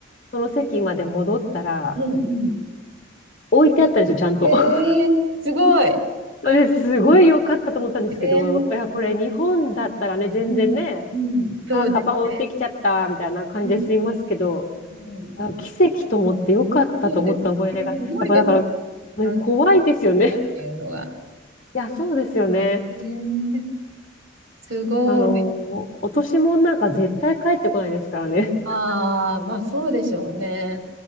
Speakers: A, on the left (about 40°); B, on the right (about 65°).
A: その席まで戻ったら、
B: うん、うん。
A: 置いてあったんですよ、ちゃんと。
B: え
A: <laughs>
B: えー、すごい。え
A: ですごい良かったと思ったんですけど、
B: え
A: いや、これ日本だったらね、全然ね、
B: うん、うん、そうです
A: あ、カバン置いてきちゃった、みたいな感じで済みますけど、
B: ね。うん、うん、
A: あ奇跡と思って良かったと思った思い出が、
B: そうですね。
A: やっぱだから、
B: すごいですね
A: ね、
B: 感じゅってたっていうのが。
A: 怖いですよね。<laughs> いや、そうですよね。
B: へえすごい。
A: あの、落とし物なんか絶対帰ってこないですからね。
B: ああ、まあそうでしょうね。